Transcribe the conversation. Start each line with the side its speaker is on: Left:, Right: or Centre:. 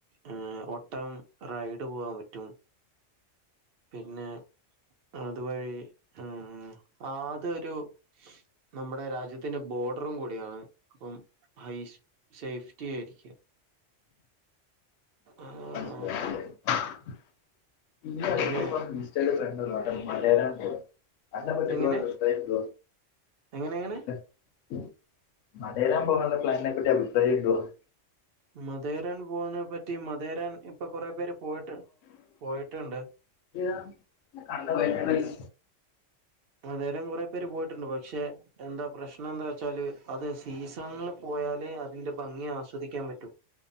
Right: ഏ ഒട്ടകം റൈഡ് പോകാൻ പറ്റും പിന്നെ അതുവഴി ഉ ആതൊരു നമ്മുടെ രാജ്യത്തിന്റെ ബോർഡറും കൂടിയാണ് അപ്പം ഹൈ സേഫ്റ്റി ആയിരിക്ക ആഹ്
Left: <unintelligible> ഇതിന്റെ
Right: പിന്നെ
Left: അട്ത്ത്പ്പ ഇൻസ്റ്റേല് ഫ്രണ്ടന്നാ മലേരാ പോള് അന്ന പറ്റ
Right: എങ്ങനെ എങ്ങനെ എങ്ങനെ
Left: <unintelligible> മലരാൻ പോകാനുള്ള പ്ലാനിനെ പ്പറ്റി അഭിപ്രായ ഉണ്ടോന്ന്?
Right: മതേരൻ പോവ്‌ന്നെ പറ്റി മദേരൻ ഇപ്പൊ കൊറേ പേര് പോയിട്ട് പോയിട്ട്ണ്ട്
Left: താ ഞാ കണ്ട <unintelligible> ത്
Right: മതേരം കൊറേ പേര് പോയ്ട്ട്ണ്ട് പക്ഷെ എന്താ പ്രശ് ണം എന്താച്ചാല് അത് സീസൺൽ പോയാല് അ തിന്റെ ഭംഗി ആസ്വദിക്കാൻ പറ്റൂ